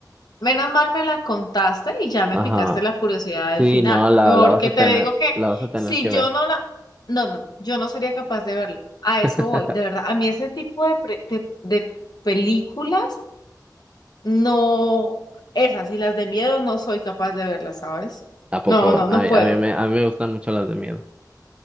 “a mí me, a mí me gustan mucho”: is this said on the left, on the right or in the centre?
Right